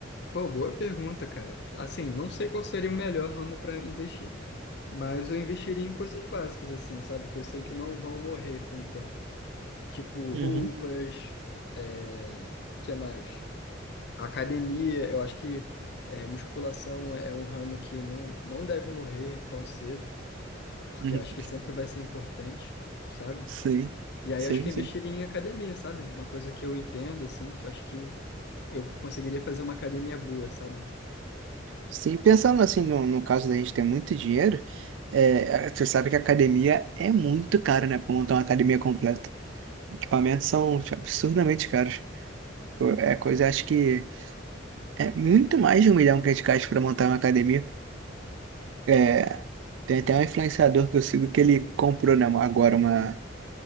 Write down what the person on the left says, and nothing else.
pô, boa pergunta, cara. Assim, não sei qual seria o melhor ramo para investir. Mas eu investiria em coisas básicas, assim, sabe? Que eu sei que não vão morrer com o tempo. Tipo
roupas, é... que mais? A academia, eu acho que é, musculação é um ramo que não, não deve morrer tão cedo, porque
eu acho que sempre vai ser importante, sabe?
E aí
eu acho que eu
investiria em academia, sabe? Uma coisa que eu entendo, assim, que eu acho que eu conseguiria fazer uma academia boa, sabe?